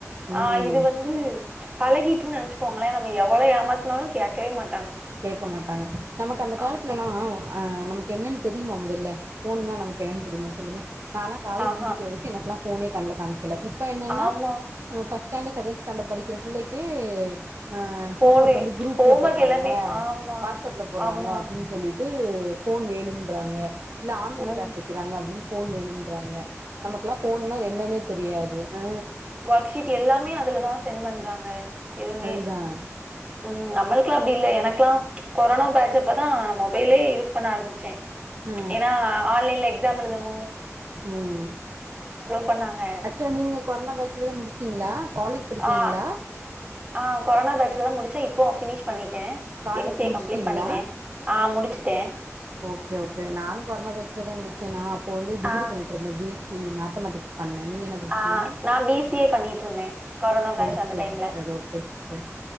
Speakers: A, on the right; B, on the right.
A: அ
B: ம்
A: இது வந்து பழகிட்னா வெச்சுகோங்லே நம்ம எவ்ளோ எ சமத்துனாலு கேக்கேவே மாட்
B: கேக்க மாட்டாங்க நமக்கு அந்த காலத்துலலாம்
A: ஆமா
B: அஹ் நமக்கு என்னன் தெரியுமா மொதல்ல ஃபோன்னா நமக்கு என்னன் தெரியுமா சொல்லுங்க நாளா காலேஜ்
A: ஆஹா
B: முடிக்கிற வரைக்கியு எனக்லா ஃபோனே கண்ல காமிக்கேல இப் ப்ப என்னன்னா
A: ஆமா
B: ம் ஃபர்ஸ்ட் ஸ்டாண்டர் செகேண்ட் ஸ்டாண்டர் படிக்கிற புள்ளைக்கே ஆஹ்
A: ஃபோனு
B: ஹோம் ஒர்க் வந்து குரூப்ல
A: ஹோம்
B: போடுறாங்
A: ஒர்க் எல்லாமே
B: ங்க
A: ஆமா
B: வாட்ஸ்ஸப்ல போடுறாங்க
A: ஆமா
B: அப்டின் சொல்லி ட்டு போன் வேணும்ன்றாங்க ல்ல ஆன்லைன்
A: ம்
B: க்ளாஸ் வக்கிறாங்க அப்டின் போன் வேணும் ராங்க நமக்லா போன் னா என்னன்னே தெரியாது ஆ
A: ஒர்க்ஷீட் எல்லாமே அதுலதான் சென்ட் பண்றாங்க எதுமே
B: அதுதான்
A: உம் நம்மள்க்லா இல்ல எனக்லா கொரோனா பேட்சப்பதா நா மொபைலே யூஸ் பண்ண ஆரம்பிச்சே
B: ஆ
A: ஏனா ஆன்லைன்ல ஜாம் எழுதணூ
B: ம்
A: பண்ணாங்க
B: ஆக்சுவலா நீங்க கொரோனா பேச்சுலதா முடிசு கீங்ளா காலேஜ் படிக்கிறீங்களா
A: ஆ ஆ கொரோனா பேட்ச்லதா முடிச்சா இப்போ ஃபினிஷ் பண்ணி டே
B: காலேஜ்
A: எம் சி ஏ
B: முடிச்சுட்டீங்களா
A: கம்ப்ளீட் பண்ணிட்டே ஆ முடிச்சுட்டே
B: ஓகே ஓகே நானு கொரோனா பேட்சுல தா முடிச்சேனா ப்போ வந்து டிகிரி
A: ஆ
B: பண்ணிட்டு இருந்த பி எஸ் சி மேத்தமெட்டிக்ஸ் பண்ண நீங்க என்ன படிச்சீங்க
A: ஆ நா பி சி ஏ பண்ணிட்ருந்தே கொரோனா பேட்ச்
B: ஓகே
A: அந்த டைம்ல
B: சிஸ்டர் ஓகே சிஸ்டர்